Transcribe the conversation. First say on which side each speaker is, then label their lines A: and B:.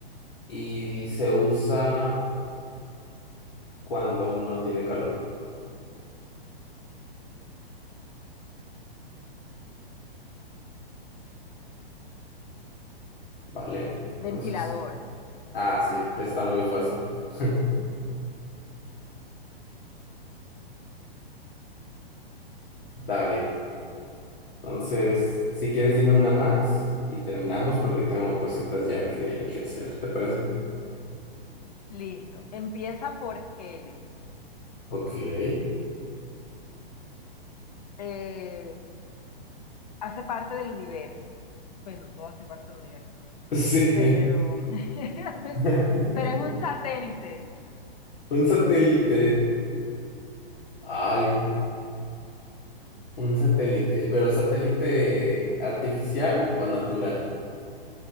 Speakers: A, on the left; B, on the left.
A: y se usa cuando uno tiene calor, ¿vale? Entonces,
B: Ventilador.
A: ah, sí, está muy fácil. <laughs> Dale. Entonces, si quieres, dime una más y terminamos porque tengo cositas ya que, que hacer, ¿te parece?
B: Listo. Empieza por L.
A: Ok. <laughs>
B: Eh, hace parte del universo. Bueno, todo hace parte del universo, ¿no?
A: Sí.
B: Pero, <laughs>
A: <laughs>
B: pero es un satélite.
A: Un satélite. Ay, un satélite, pero satélite artificial o natural.